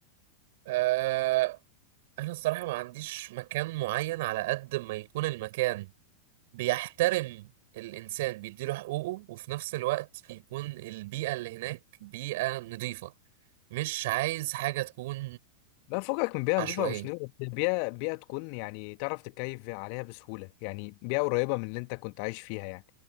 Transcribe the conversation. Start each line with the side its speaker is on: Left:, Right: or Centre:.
Right: أه انا الصراحة ما عنديش مكان معين على قد ما يكون المكان بيحترم الانسان بيديله حقوقه وفي نفس الوقت يكون البيئة اللي هناك بيئة نظيفة مش عايز حاجة تكون
Left: لا فوقك من بيئة
Right: عشوائية
Left: نظيفة ومش نظيفة بس بيئة بيئة تكون يعني تعرف تتكيف عليها بسهولة يعني بيئة قريبة من اللي انت كنت عايش فيها يعني